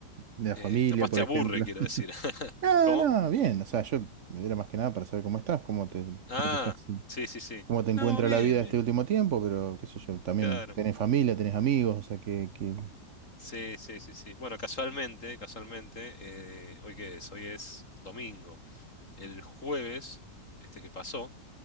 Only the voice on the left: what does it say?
eh,
capaz te
aburre,
quiero
decir. <laughs>
¿Cómo?
Ah,
sí, sí, sí.
No, bien,
bien.
Claro.
Sí, sí, sí, sí. Bueno, casualmente, casualmente, eh, ¿hoy qué es? Hoy es domingo. el jueves, este que pasó,